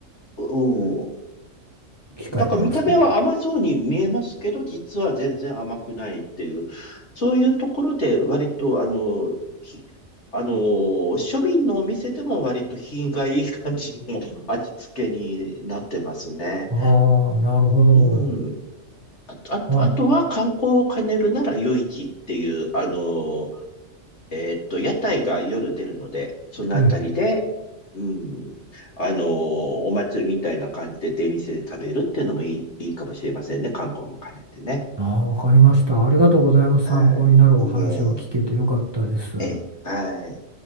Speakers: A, on the left; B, on the right.
A: う、うん。
B: 控えてますけど。
A: だから見た目は甘そうに見えますけど、実は全然甘くないっていう、そういうところで割と、あの、ひ、あの、庶民のお店でも割と品がいい感じの <laughs> 味付けになってますね。
B: ああ、なるほど。
A: うん。あ、
B: ああ、
A: あとは観光を兼ねるなら夜市っていう、
B: あ、
A: あの、えーっと、屋台が夜出るので、そのあたりで、
B: ええ。
A: うん、あのーお祭りみたいな感じで出店で食べるっていうのもいい、いいかもしれませんね。観光も兼ねてね。
B: ああ、わかりました。ありがとうございます。
A: はい。
B: 参考になるお話を聞けてよかったです。
A: いいえ。え、はい。